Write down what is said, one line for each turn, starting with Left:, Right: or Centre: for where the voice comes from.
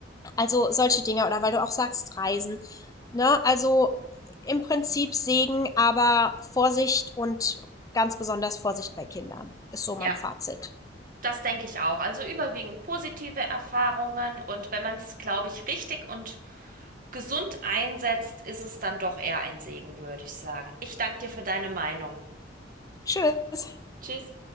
Left: also solche Dinge oder weil du auch sagst, Reisen. Ne? Also im Prinzip Segen, aber Vorsicht und ganz besonders Vorsicht bei Kindern ist so mein
Right: ja.
Left: Fazit.
Right: Das denke ich auch. Also überwiegend positive Erfahrungen und wenn man es, glaube ich, richtig und gesund einsetzt, ist es dann doch eher ein Segen, würde ich sagen. Ich danke dir für deine Meinung.
Left: Tschüss.
Right: Tschüss.